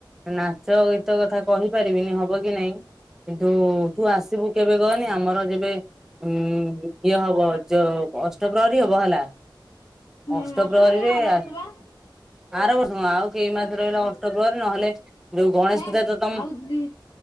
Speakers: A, in the centre; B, on the left.
A: ନାଚ ଗୀତ କଥା କହିପାରିବିନି ହବ କି ନାଇଁ। କିନ୍ତୁ ତୁ ଆସିବୁ କେବେ କହନି? ଆମର ଯେବେ ଉଁ ଇଏ ହବ ଯୋଉ ଅଷ୍ଟପ୍ରହରୀ ହବ ହେଲା
B: ହୁଁ
A: ଅଷ୍ଟ
B: ଅଷ୍ଟମ
A: ପ୍ରହରୀରେ
B: ଯାଏଁ ଆର
A: ଆ
B: ବର୍ଷ ବା।
A: ଆର ବର୍ଷ ନୁହଁ ଆଉ ଏଇ ମାସ ରହିଲା ଅଷ୍ଟପ୍ରହରୀ ନହେଲେ ଯୋଉ ଗଣେଶ
B: ହେ
A: ପୂଜା ତ ତମ
B: ଆଉ ଦି